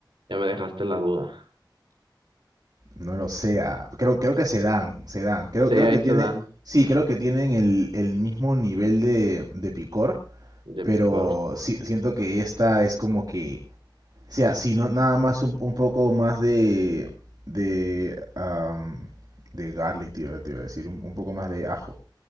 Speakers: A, on the right; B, on the right.
A: ya me dejaste la duda.
B: No lo sea. Creo, creo que se dan, se dan. Creo,
A: Sí,
B: creo
A: ahí
B: que tiene,
A: se dan
B: sí, creo que tienen el, el mismo nivel de, de picor,
A: de
B: pero
A: picor.
B: sí, siento que esta es como que, o sea, si no, nada más un, un poco más de, de, am, de garlic, te iba, te iba a decir, un, un poco más de ajo.